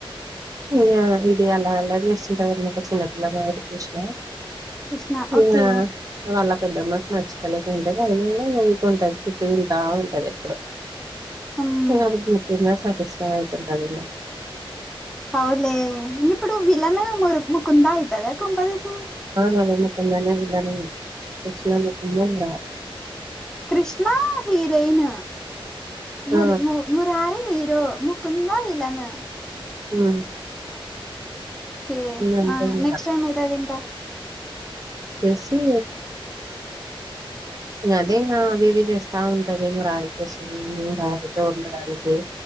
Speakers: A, on the right; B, in the centre.
A: ఇ ఇది అలా అల్లరి చేస్తుంటాది అన్నమాట చిన్నపిల్ల లాగా కృష్ణ
B: కృష్ణ
A: ఇంగ
B: ఓకే
A: వాళ్ళ పెద్దమ్మకి నచ్చుతలేంటేది అయిన కూడా ఊకుంటాది తిట్టు తంటా ఉంటాది ఎప్పుడు
B: హ్మ్
A: ఇంగ ఆమెకి చెప్పినా సటిస్ఫ అయితుంటాది ఇంగ
B: అవులే ఇంగ ఇప్పుడు విలన్ మురు ముకుందా అయితాదా కొంపతీసి
A: ఆ ముకుందా నే విలన్ కృష్ణ ముకుందా మురారి
B: కృష్ణ హీరోయిన్ ముర్
A: ఆ
B: మూర్ మురారి హీరో ము కుందా విలన్
A: ఉమ్
B: కే
A: అంతే
B: ఆ
A: ఇంకా
B: నెక్స్ట్ టైమ్ అయితది ఇంకా?
A: చేసి ఇక అదే ఇం అవి చేస్తా ఉంటదేమో రారి కోసం రారితో ఉన్న రారి ఏ